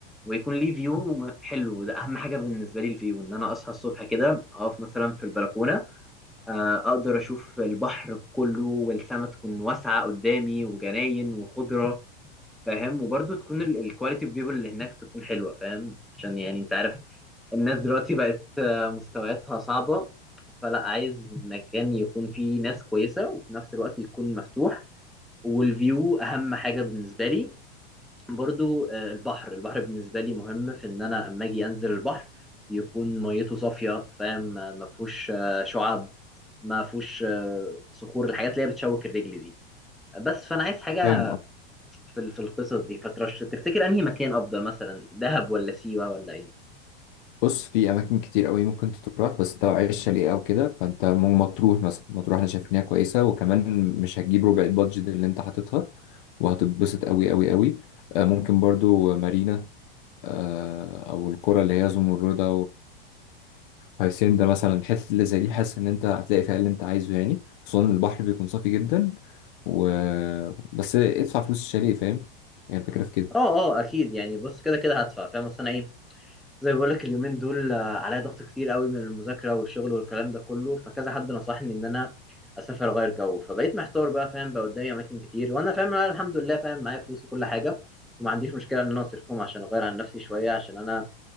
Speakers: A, in the centre; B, on the left (about 60°).
A: ويكون ليه فيو م- حلو ده اهم حاجه بالنسبه لي الفيو ان انا اصحى الصبح كده اقف مثلا في البلكونه آه، اقدر اشوف البحر كله والسما تكون واسعه قدامي وجناين وخضره فاهم وبرضه تكون الكواليتي اوف بيبول اللي هناك تكون حلوه فاهم عشان يعني انت عارف الناس دلوقتي بقت آه، مستوياتها صعبه فلا عايز مكان يكون فيه ناس كويسه وفي نفس الوقت يكون مفتوح والفيو اهم حاجه بالنسبه لي برضو آه، البحر البحر بالنسبه لي مهم في ان انا اما اجي انزل البحر يكون ميته صافيه فاهم آه، ما فيهوش آه، شعاب ما فيهوش آه، صخور الحاجات اللي هي بتشوك الرجل دي بس فانا عايز حاجه
B: فاهم قصدك.
A: في ال- في القصص دي فترش تفتكر انهي مكان افضل مثلا دهب ولا سيوة ولا ايه
B: بص في اماكن كتير قوي ممكن تروح بس انت لو عايز شاليه او كده فانت م- مطروح مثلا مطروح انا شايف ان هي كويسه وكمان مش هتجيب ربع البادجت اللي انت حاططها وهتتبسط قوي قوي قوي آه، ممكن برضو مارينا آه، او الكرة اللي هي زمردة وهيسين ده مثلا الحتت اللي زي دي حاسس ان انت هتلاقي فيها اللي انت عايزه يعني خصوصا إن البحر بيكون صافي جدا و بس ادفع فلوس الشاليه فاهم يعني الفكرة في كده
A: اه اه اكيد يعني بص كده كده هدفع فاهم اصل انا ايه زي ما بقول لك اليومين دول آه، عليا ضغط كتير قوي من المذاكره والشغل والكلام ده كله فكذا حد نصحني ان انا اسافر اغير جو فبقيت محتار بقى فاهم بقى قدامي اماكن كتير وانا فاهم انا الحمد لله فاهم معايا فلوس وكل حاجه وما عنديش مشكله ان انا اصرفهم عشان اغير عن نفسي شويه عشان انا